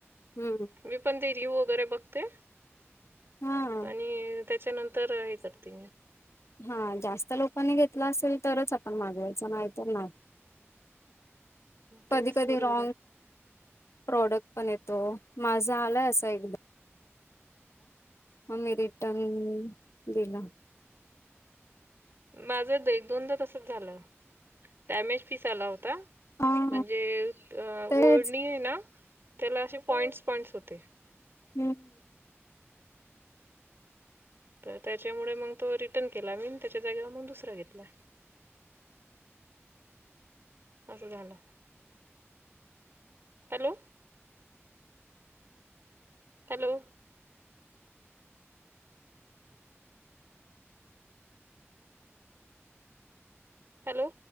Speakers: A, on the left; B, on the right.
A: हं.
B: मी पण ते रिव्ह वगैरे बघते.
A: हा
B: आणि त्याच्यानंतर हे करते मी.
A: हां जास्त लोकांनी घेतला असेल तरच आपण मागवायचं नाही तर नाही.
B: तेच
A: कधी कधी
B: बरोबर
A: रॉंग
B: आहे
A: प्रॉडक्ट पण येतो, माझा आलाय असा एकदा ममी रिटर्न दिला.
B: माझं एक दोनदा तसच झालं डॅमेज पीस आला होता.
A: हा
B: म्हणजे
A: तेच
B: ओढणी आहे ना त्याला असे पॉइंट्स पॉइंट्स होते.
A: हम्.
B: तर त्याच्यामुळे मग तो रिटर्न केला मी त्याच्या जागेवर मग दुसरा घेतला. असं झालं. Hello hello hello